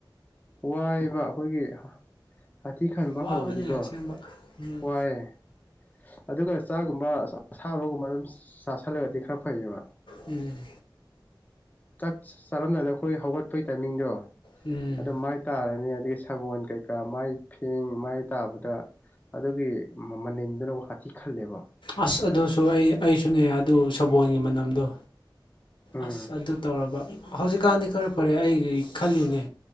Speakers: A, on the left; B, on the left.
A: ꯋꯥꯏꯕ ꯑꯩꯈꯣꯏꯒꯤ ꯍꯥꯊꯤ ꯈꯟꯕ
B: ꯋꯥꯕꯅꯤꯅ
A: ꯍꯧꯔꯗꯤꯀꯣ
B: ꯑꯁꯦꯡꯕ ꯎꯝ
A: ꯋꯥꯏꯌꯦ ꯑꯗꯨꯒ ꯆꯥꯒꯨꯝꯕꯁꯕꯒꯨꯝ ꯑꯗꯨꯝ ꯆꯁꯤꯜꯂꯒꯗꯤ ꯈꯔ ꯐꯩꯌꯦꯕ
B: ꯎꯝ
A: ꯆꯥꯛ ꯆꯥꯔꯝꯗꯥꯗ ꯑꯩꯈꯣꯏ ꯍꯧꯒꯠꯄꯒꯤ ꯇꯥꯏꯃꯤꯡꯗꯣ
B: ꯎꯝ
A: ꯑꯗꯨ ꯃꯥꯏ ꯇꯥꯔꯅꯤ ꯑꯗꯒꯤ ꯁꯥꯒꯣꯜ ꯀꯩꯀꯥ ꯃꯥꯏ ꯐꯦꯡ ꯃꯥꯏ ꯇꯥꯕꯗ ꯑꯗꯨꯒꯤ ꯃꯃꯅꯗꯨꯅꯕꯨ ꯍꯥꯊꯤ ꯈꯜꯂꯦꯕ
B: ꯑꯁ ꯑꯗꯨꯁꯨ ꯑꯩ ꯑꯩꯁꯨꯅꯦ ꯑꯗꯨ ꯁꯕꯣꯜꯒꯤ ꯃꯅꯝꯗꯣ
A: ꯎꯝ
B: ꯑꯁ ꯑꯗꯨ ꯇꯧꯔꯕ ꯍꯧꯖꯤꯛꯀꯥꯟꯗꯤ ꯈꯔ ꯐꯔꯦ ꯑꯩ ꯈꯜꯂꯤꯅꯦ